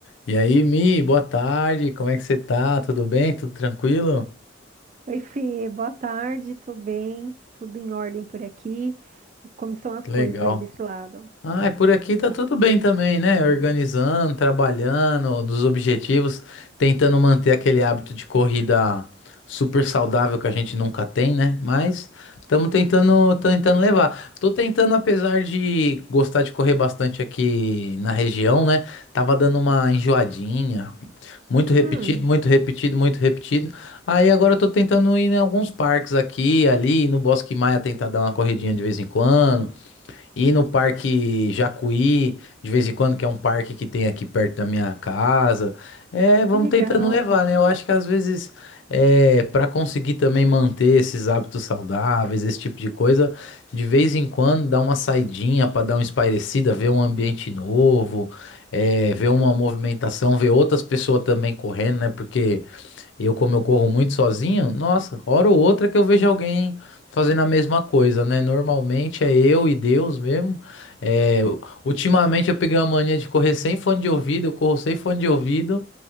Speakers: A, on the left; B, on the right.
A: E aí, Mi, boa tarde, como é que você tá? Tudo bem? Tudo tranquilo?
B: Oi, Fê, boa tarde, tô bem, tudo em ordem por aqui. E como estão as
A: Que
B: coisas
A: Legal.
B: aí desse lado?
A: Ah, é, por aqui tá tudo bem também, né? Organizando, trabalhando, dos objetivos, tentando manter aquele hábito de corrida super saudável que a gente nunca tem, né? Mas estamos tentando, tentando levar. Tô tentando, apesar de gostar de correr bastante aqui na região, né? Tava dando uma enjoadinha, muito repetido,
B: Hum,
A: muito repetido, muito repetido. Aí agora eu tô tentando ir em alguns parques aqui, ali, no Bosque Maia tentar dar uma corridinha de vez em quando ir no Parque Jacuí, de vez em quando, que é um parque que tem aqui perto da minha casa. É, vamos
B: que legal,
A: tentando levar, né? Eu acho que às vezes, é, para conseguir também manter esses hábitos saudáveis, esse tipo de coisa, de vez em quando dá uma saidinha para dar uma espairecida, ver um ambiente novo, é, ver uma movimentação, ver outras pessoas também correndo, né? Porque eu, como eu corro muito sozinho, nossa, hora ou outra que eu vejo alguém fazendo a mesma coisa, né? Normalmente é eu e Deus mesmo. É, ultimamente eu peguei uma mania de correr sem fone de ouvido, eu corro sem fone de ouvido.